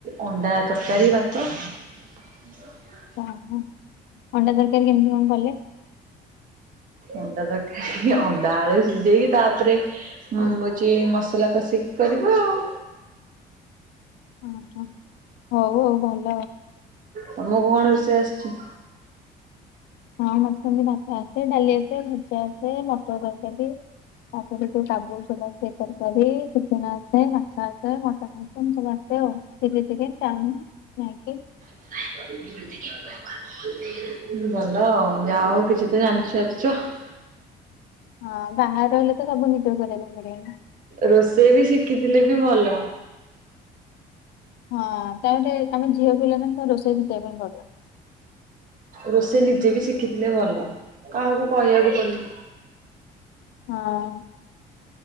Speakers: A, on the right (about 50°); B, on the left (about 80°).
A: ଅଣ୍ଡା ତରକାରୀ, ଭାତ। <unintelligible>
B: ଓ ହ ଅଣ୍ଡା ତରକାରୀ କେମିତି କଣ କଲେ?
A: ଅଣ୍ଡା ତରକାରୀ ଅଣ୍ଡା ଆଳୁ ସିଝେଇକି, ତାପରେ ମୁଁ ହଉଛି ମସଲା କଷିକି କରିବ ଆଉ।
B: ହ ହ ହଉ ହଉ ଭଲ।
A: ତମକୁ କଣ ରୋଷେଇ ଆସିଛି?
B: ହଁ ମତେ ସେମିତି ଭାତ ଆସେ, ଡାଲି ଆସେ ଭଜା ଆସେ, ମଟର ତରକାରୀ। ତାପରେ ତ କାବୁଲି ଛୋଳା ତରକାରୀ, ଚିକେନ୍ ଆସେ, ହେଲା। ତାପରେ ତ ମଟନ୍ ଫଟନ୍ ସବୁ ଆସେ, ଆଉ ଚିଲି ଚିକେନ୍, ଚାଉମିନ୍
A: <inaudible> ଭଲ ଆଉ, ଯାହାହଉ <unintelligible>
B: ହଁ ବାହାରେ ରେ ତ ସବୁ ନିଜ କରିବା ପାଇଁ ପଡ଼ିବ ନା।
A: ରୋଷେଇ ବି ଶିଖିଥିଲେ ବି ଭଲ।
B: ହଁ ତାପରେ ତୁମେ ଝିଅ ପିଲା ଯେହେତୁ ରୋଷେଇ ଶିଖିବା ପାଇଁ ପଡ଼ିବ।
A: ରୋଷେଇ ନିଜେ ବି ଶିଖିଥିଲେ ଭଲ କାହାକୁ କହିବାକୁ ପଡିବନି।
B: ହଁ।